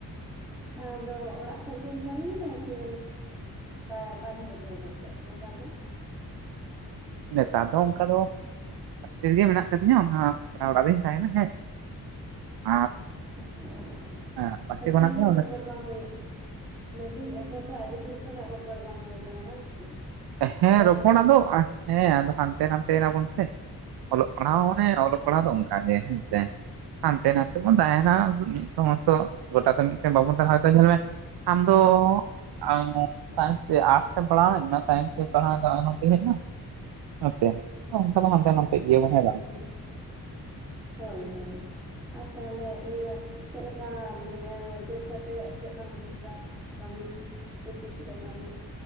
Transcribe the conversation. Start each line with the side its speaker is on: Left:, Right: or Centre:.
Centre: ᱟᱫᱚ ᱚᱲᱟᱜ ᱠᱷᱚᱡ ᱜᱮᱢ ᱠᱟᱹᱢᱤᱭᱮᱫᱟ ᱥᱮ ᱵᱟ ᱵᱟᱨᱦᱮ ᱨᱮ ᱛᱟᱦᱮᱸ ᱠᱟᱛᱮᱜ ᱱᱮᱛᱟᱨ ᱫᱚ
Right: ᱱᱮᱛᱟᱨ ᱫᱚ ᱚᱱᱠᱟ ᱫᱚ ᱚᱲᱟᱜ ᱥᱮᱫ ᱨᱮᱜᱮ ᱢᱮᱱᱟᱜ ᱟᱠᱟᱫᱤᱧᱟ ᱚᱱᱟ ᱯᱮᱲᱟ ᱚᱲᱟᱜ ᱨᱤᱧ ᱛᱟᱦᱮᱸᱱᱟ ᱦᱮᱸ ᱟᱨ
Centre: ᱟᱪᱪᱷᱟ
Right: ᱦᱮᱸ ᱵᱟᱥᱛᱤ
Centre: ᱟᱹᱰᱤ
Right: ᱠᱷᱚᱱᱟᱜ
Centre: ᱫᱤᱱ
Right: ᱜᱮ
Centre: ᱠᱷᱚᱱ ᱨᱚᱯᱚᱲ ᱵᱟᱝ ᱦᱩᱭ ᱢᱮᱱᱫᱟᱹᱧ ᱮᱠᱷᱚᱱ ᱫᱚ ᱟᱹᱰᱤ ᱫᱤᱱ ᱠᱷᱚᱱᱟᱜ ᱨᱚᱯᱚᱲ ᱵᱟᱝ ᱦᱩᱭ ᱠᱟᱱᱟ ᱵᱟᱝ ᱥᱮ
Right: ᱦᱮᱸ
Centre: ᱦᱟᱸᱰᱮ
Right: ᱨᱚᱯᱚᱲ
Centre: ᱱᱟᱰᱮ
Right: ᱟᱫᱚ ᱦᱮᱸ ᱟᱫᱚ ᱦᱟᱱᱛᱮ ᱱᱟᱛᱮᱭ ᱱᱟᱵᱚᱱ ᱥᱮ ᱚᱞᱚᱜ ᱯᱟᱲᱦᱟᱣ ᱢᱟᱱᱮ ᱚᱞᱚᱜ
Centre: ᱦᱳᱭ
Right: ᱯᱟᱲᱦᱟᱣ ᱫᱚ ᱚᱱᱠᱟᱜ ᱜᱮ ᱦᱮᱸ ᱥᱮ ᱦᱟᱱᱛᱮ ᱱᱟᱛᱮ ᱵᱚᱱ ᱛᱟᱦᱮᱱᱟ ᱢᱤᱫ ᱥᱚᱝᱥᱚ ᱜᱚᱴᱟ ᱫᱚ ᱢᱤᱫᱴᱮᱱ ᱵᱟᱵᱚᱱ ᱛᱟᱦᱮᱱᱟ ᱧᱮᱞ ᱢᱮ ᱟᱢ ᱫᱚ ᱮᱱ ᱥᱟᱭᱮᱱᱥ ᱟᱨᱴᱥ ᱛᱮᱢ ᱯᱟᱲᱦᱟᱣ ᱱᱟ ᱤᱧ ᱢᱟ ᱥᱟᱭᱮᱱᱥ ᱯᱟᱲᱦᱟᱣ ᱫᱚ ᱩᱱᱚᱛᱤ ᱦᱩᱭᱩᱜ-ᱟ ᱦᱮᱸᱥᱮ. ᱚᱱᱠᱟ ᱫᱚ ᱦᱟᱱᱛᱮ ᱱᱟᱛᱮ ᱤᱭᱟᱹ <unintelligible>
Centre: ᱦᱳᱭ ᱦᱳᱭᱻᱦᱳᱭ ᱟᱨ ᱛᱟᱦᱚᱞᱮ ᱤᱭᱟᱹ ᱪᱮᱫᱞᱮᱠᱟ ᱢᱟᱱᱮ ᱡᱚᱵ ᱠᱟᱛᱮᱜ ᱪᱮᱫ ᱞᱮᱠᱟᱢ ᱵᱩᱡᱫᱟ ᱠᱟᱹᱢᱤ ᱚᱯᱷᱤᱥ ᱨᱮ ᱠᱟᱹᱢᱤ